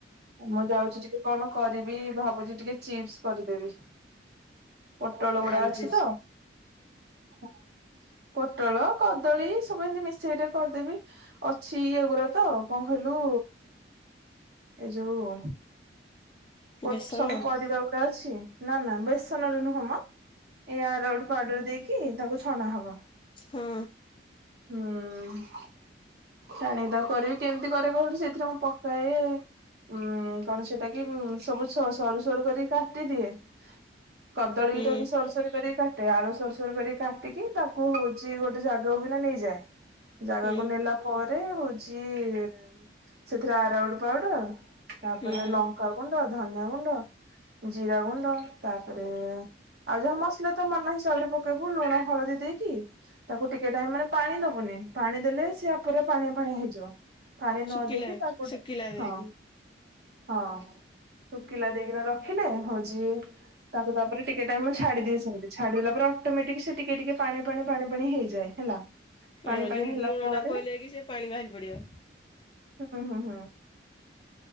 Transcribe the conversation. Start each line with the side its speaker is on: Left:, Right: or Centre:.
Right: ମୁଁ ଯାଉଛି ଟିକେ କଣ କରିବି? ଭାବୁଚି ଟିକେ ଚିପ୍ସ କରିଦେବି। ପୋଟଳ ଗୁଡା
Left: ଆଳୁ
Right: ଅଛି
Left: ଚିପ୍ସ।
Right: ତ ହଁ। ପୋଟଳ କଦଳୀ ସବୁ ଏମିତି ମିଶେଇଟେ କରିଦେବି। ଅଛି ଇଏଗୁଡା ତ କଣ କହିଲୁ ଏ ଯୋଉ ପୋଟ୍
Left: ବେସନ
Right: ସବୁ ପରିବା ଗୁଡା ଅଛି। ନା ନା ବେସନରେ ନୁହଁ ମ। ଏ ଆରାରୁଟ୍ ପାଉଡର୍ ଦେଇକି ତାକୁ ଛଣା ହବ।
Left: ହଁ
Right: ହୁଁ। ଛାଣିଦ କରେଇ କେମିତି କରେ କହିଲୁ ସେଇଥିରେ ମୁଁ ପକାଏ ଉଁ କଣ ସେଇଟା କି? ଉଁ ସବୁ ସ ସରୁ ସରୁ କରିକି କାଟିଦିଏ କଦଳୀଟା
Left: ହୁଁ
Right: ବି ସରୁ ସରୁ କରି କାଟେ ଆଳୁ ସରୁସରୁ କରି କାଟିକି ତାକୁ ହଉଚି ଗୋଟେ ଜାଗାକୁ କିନା ନେଇଯାଏ। ଜାଗାକୁ
Left: ହୁଁ
Right: ନେଲା ପରେ ହଉଚି ଉଁ ସେଥିରେ ଆରାରୁଟ ପାଉଡର୍‌ ତାପରେ
Left: ହୁଁ
Right: ଲଙ୍କାଗୁଣ୍ଡ, ଧନିଆ ଗୁଣ୍ଡ, ଜିରା ଗୁଣ୍ଡ ତାପରେ ଆଉ ଯାହା ମସଲା ତ ମନ ହିସାବରେ ପକେଇବୁ ଲୁଣ ହଳଦୀ ଦେଇକି ତାକୁ ଟିକେ ଟାଇମ ମାନେ ପାଣି ଦବୁନି ପାଣି ଦେଲେ ସିଏ ପୁରା ପାଣିଆ ପାଣିଆ ହେଇଯିବ। ପାଣି ନ
Left: ଶୁଖିଲା
Right: ଦେଇକି ତାକୁ
Left: ଶୁଖିଲା
Right: ଟିକେ
Left: ଦେଇକି
Right: ହଁ ହଁ। ଶୁଖିଲା ଦେଇକିନା ରଖିଲେ ହଉଚି ତାକୁ ତାପରେ ଟିକେ ଟାଇମ ଛାଡିଦିଏ ସେମିତି। ଛାଡିଦେଲା ପରେ ଅଟୋମେଟିକ ସେ ଟିକେ ଟିକେ ପାଣି ପାଣି ପାଣି ପାଣି ହେଇଯାଏ। ହେଲା। ପାଣି
Left: ଓଜନ
Right: ପାଣି ହେଲା
Left: ଦି ଓଣ୍ଡା
Right: ପରେ
Left: ପଇଲେ କି ସେ ପାଣି ବାହାରି ପଡିବ।
Right: ହୁଁ ହୁଁ ହୁଁ।